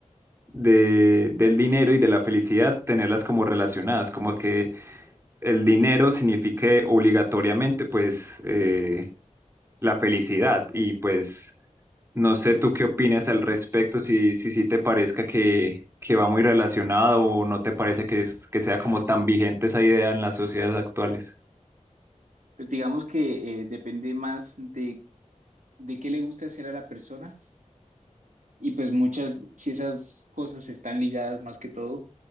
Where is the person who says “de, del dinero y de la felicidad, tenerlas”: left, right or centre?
Right